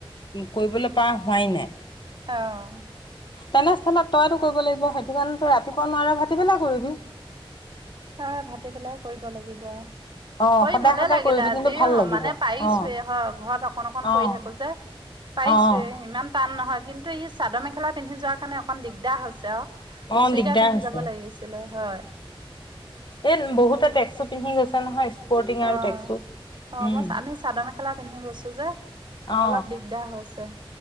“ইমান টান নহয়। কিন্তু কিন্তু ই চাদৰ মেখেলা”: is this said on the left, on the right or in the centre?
Right